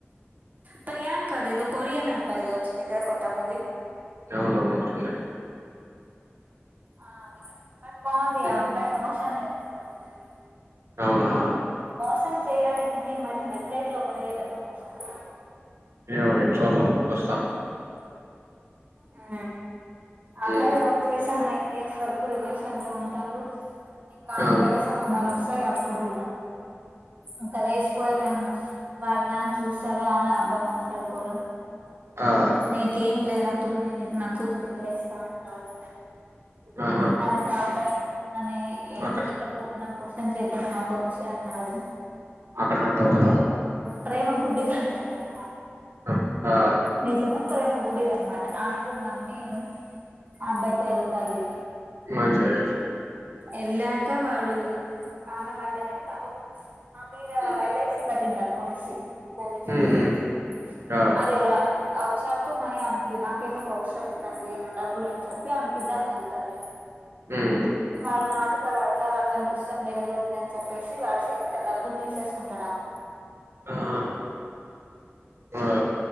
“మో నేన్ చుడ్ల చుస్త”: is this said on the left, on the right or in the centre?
Right